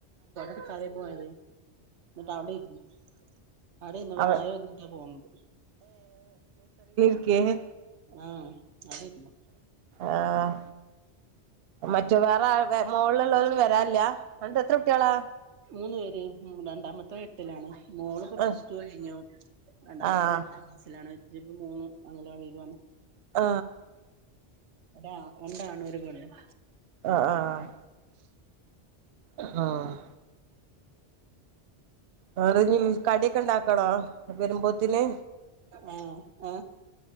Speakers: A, on the right; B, on the right.
A: കൊടട്ക്കാതെ പോയത് എന്നിട്ട് അവിടെ ഇരുന്നു അവിടെ ഇരുന്നപ്പോ
B: അവ
A: മഴ വന്നിട്ടാ പോന്നത്
B: രിക്കെയ്ന്
A: ആ അവിടെരുന്നു
B: ആഹ് മറ്റു വേറെ മോളുയുള്ളത് വരാറില്ലേ, അന്നിട്ട് എത്ര കുട്ടികളാ.
A: മൂന്ന് പേരെ രണ്ടാമത്തെവൻ എട്ടിലാണ്. മോളിപ്പോ പ്ലസ്
B: ആഹ്
A: ടു കഴിഞ്ഞു, രണ്ടാമത്തെവൻ
B: ആഹ്
A: എട്ടാം ക്ലാസ്സിലാണ്. ഇപ്പ മൂന്ന് അംഗനവാടിയിൽ ആണ്.
B: ആ
A: ഒര രണ്ടാണും ഒരു പെണ്ണും.
B: ആഹ് ആഹ് ആഹ് ആഹ് വേറെ ഇനി കടിയൊക്കെ ഉണ്ടാക്കാണോ. വെരുമ്പോത്തിന്
A: ഉം ഉം